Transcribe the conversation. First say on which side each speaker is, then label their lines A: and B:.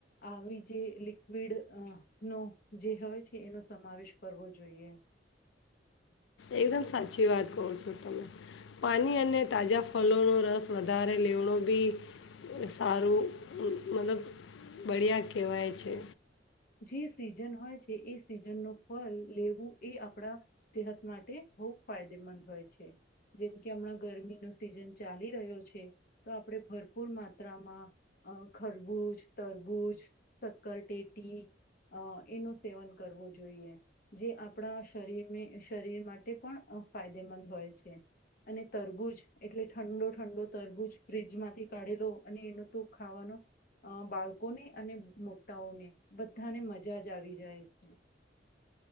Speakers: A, on the left; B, on the left.
A: આવી જે લિક્વિડ અહ નો જે હોય છે એનો સમાવેશ કરવો જોઈએ.
B: એકદમ સાચી વાત કહો સો તમે. પાની અને તાજા ફલોનો રસ વધારે લેવણો બી સારું અહ મતલબ બળિયા કહેવાય છે.
A: જે સિઝન હોય છે એ સિઝન ન ફલ લેવું એ આપણા સેહત માટે બહ ફાયદેમંદ હોય છે. જેમ કે હમણાં ગરમી નો સિઝન ચાલી રહ્યો છે તો આપણે ભરપૂર માત્રામાં ખરબૂજ તરબૂજ સક્કરટેટ ટી એનું સેવન કરવું જોઈએ જે આપણા શરીરને શરીર માટે પણ અ ફાયદેમંદ હોય છે અને તરબૂજ એટલે ઠંડો ઠંડો તરબૂજ ફ્રીજમાંથી કાઢેલો અને એનો તો ખાવાનો બાળકોને અને મોટાઓને- બધાને મજા જ આવી જાય છે.